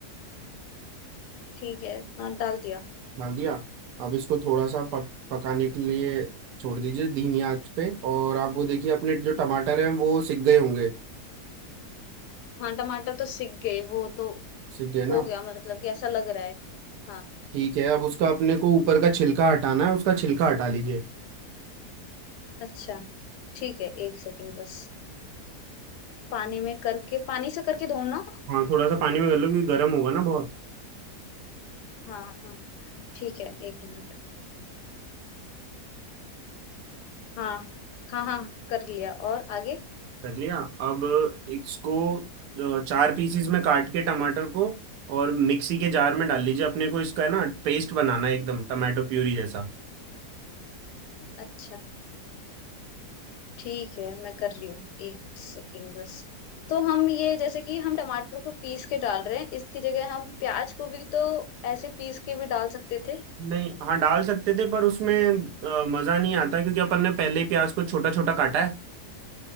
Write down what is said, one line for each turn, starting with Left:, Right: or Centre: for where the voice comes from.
Left: ठीक है हाँ डाल दिया
Right: डाल दिया अब इसको थोड़ा सा पक, पकाने के लिए छोड़ दीजिए धीमी आंच पे और आप वो देखिए अपने जो टमाटर हैं वो सिक गए होंगे
Left: हाँ टमाटर तो सिक गए वो तो
Right: सिक गए
Left: हो
Right: ना
Left: गया मतलब कि ऐसा लग रहा है हाँ
Right: ठीक है अब उसका अपने को ऊपर का छिलका हटाना है उसका छिलका हटा लीजिए
Left: अच्छा ठीक है एक सेकंड बस पानी में करके पानी से करके धो ना
Right: हाँ थोड़ा सा पानी में कर लो क्योंकि गर्म होगा ना बहुत
Left: हाँ हाँ ठीक है एक मिनट हाँ हाँ हाँ कर लिया और आगे
Right: कर लिया अब इसको अ, चार पीसीज में काट के टमाटर को और मिक्सी के जार में डाल लीजिए अपने को इसका है ना पेस्ट बनाना है एकदम टमाटो प्यूरी जैसा
Left: अच्छा ठीक है मैं कर रही हूँ एक सेकंड बस तो हम ये जैसे कि हम टमाटर को पीस के डाल रहे हैं इसकी जगह हम प्याज को भी तो ऐसे पीस के भी डाल सकते थे
Right: नहीं हाँ डाल सकते थे पर उसमें अ, मज़ा नहीं आता क्योंकि अपन ने पहले ही प्याज को छोटा छोटा काटा है